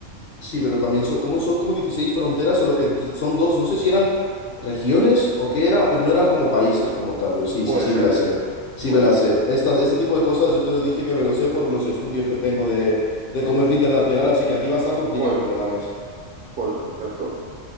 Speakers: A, on the left (about 55°); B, on the right (about 60°).
A: Sí, pero también son como, son como 16 fronteras, solo que t- son dos, no sé si eran regiones o qué era, pero no eran como países como tal, pero sí,
B: Puede
A: sí, sí
B: ser,
A: me la sé. Sí
B: puede
A: me la
B: ser.
A: sé. Esta- este tipo de cosas yo te lo dije que me lo sé por los estudios que tengo de, de comercio internacional, así que aquí va a estar complicado
B: Joder,
A: que me ganes.
B: joder, perfecto.